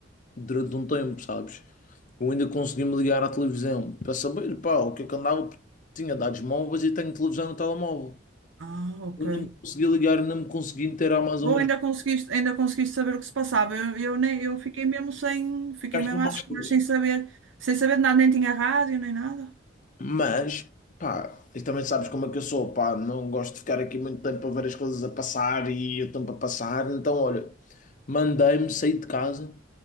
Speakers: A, on the left; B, on the right.
A: durante um tempo, sabes? Eu ainda consegui me ligar à televisão para saber, pá, o que é que andava, porque tinha dados móveis e tenho televisão no telemóvel.
B: Ah, ok.
A: Eu ainda me consegui ligar, ainda me consegui inteirar mais ou
B: Bom,
A: menos.
B: ainda conseguiste, ainda conseguiste saber o que se passava. Eu, eu, nem, eu fiquei mesmo sem, fiquei
A: Gasto-me
B: mesmo às
A: mais
B: escuras, sem saber, sem saber de nada, nem tinha rádio, nem nada.
A: Mas, pá, e também sabes como é que eu sou, pá, não gosto de ficar aqui muito tempo a ver as coisas a passar e o tempo a passar. Então, olha, mandei-me, saí de casa,